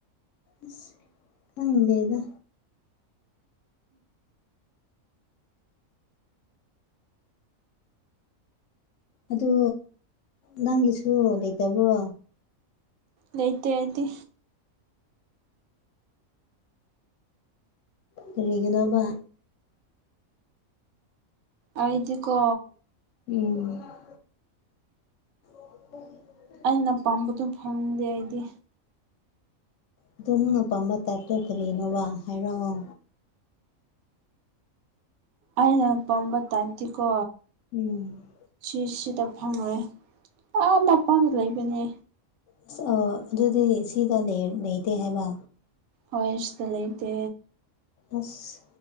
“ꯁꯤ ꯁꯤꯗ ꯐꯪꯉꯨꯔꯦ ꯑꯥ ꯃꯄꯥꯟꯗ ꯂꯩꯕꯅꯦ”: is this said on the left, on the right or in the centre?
Right